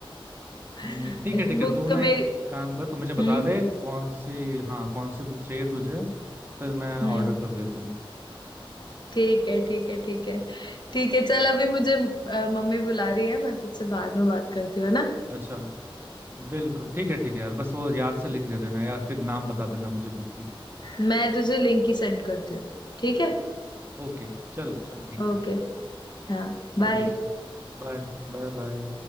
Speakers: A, on the left; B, on the right.
A: <laughs>
B: हम्म, ठीक है
A: बुक
B: ठीक है तू
A: तो
B: ना
A: मेरी
B: एक काम कर तू मुझे बता
A: हम्म
B: दे कौन सी हाँ कौन सी बुक चाहिए तुझे फिर मैं
A: हम्म
B: ऑर्डर कर देता हूँ
A: ठीक है ठीक है ठीक है ठीक है चल अभी मुझे अ, मम्मी बुला रही है मैं तुझसे बाद में बात करती हूँ है ना
B: अच्छा बिल्कुल ठीक है ठीक है यार बस वो याद से लिंक दे देना या फिर नाम बता देना मुझे बुक की
A: मैं तुझे लिंक ही सेंड करती हूँ ठीक है
B: ओके चल चल ठीक
A: ओके
B: है फिर
A: हाँ बाय
B: ओके चल बाय Bye bye